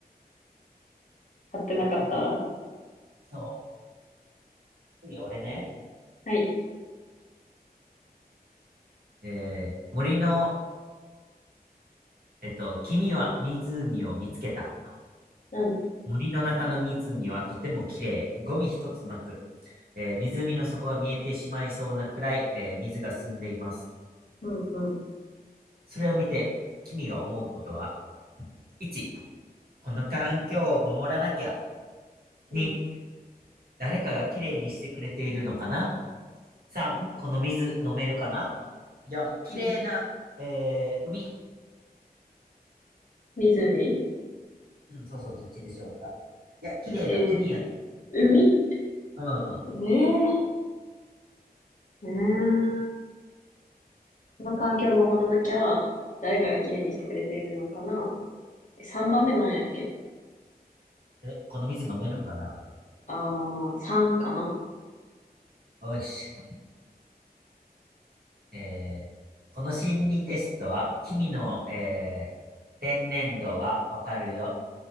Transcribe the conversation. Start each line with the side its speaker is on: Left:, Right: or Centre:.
Left: 買ってなかったら。
Right: えっと、そう。次、俺ね。
Left: はい。
Right: えー森の、えっと、君は湖を見つけた。
Left: うん。
Right: 森の中の湖はとても綺麗、ゴミ一つなく、えー湖の底が見えてしまいそうなくらい、えー水が澄んでいます。
Left: うん、うん。
Right: それを見て、君が思うことは、1、この環境を守らなきゃ。
Left: うん、
Right: 2、誰かが綺麗にしてくれているのかな ?3、
Left: うん、
Right: この水飲めるかな ?4、綺麗な、
Left: うん。
Right: えー海。
Left: 湖
Right: うん、そうそう、どっちでしょうか。いや、綺麗な海やん。
Left: えー、海
Right: うん。
Left: えー、うーん。この環境を守らなきゃ、誰かがきれいにしてくれているのかな。3番目なんやっけ
Right: え、この水飲めるんかな
Left: あー、3かな。
Right: よし。えーこの心理テストは、君の、えー天然度がわかるよ。